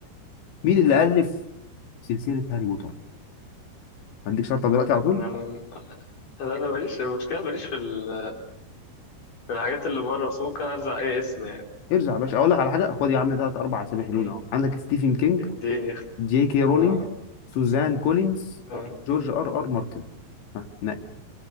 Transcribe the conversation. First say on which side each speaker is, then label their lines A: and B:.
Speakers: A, on the left; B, on the left.
A: مين اللي ألف سلسلة هاري بوتر؟ هديك شرطة دلوقتي على طول
B: يعني أنا أنا ماليش المشكلة ماليش في ال- في الحاجات اللي بره بس ممكن أرزع أي اسم يعني
A: ارجع يا باشا أقول لك على حاجة خد يا عم تلات أربع أسامي حلوين
B: مم.
A: أهو عندك ستيفن كينج
B: اديني اخت...
A: جي كي رولينج
B: آه
A: سوزان كولينز
B: آه
A: جورج آر آر مارتن ها نقي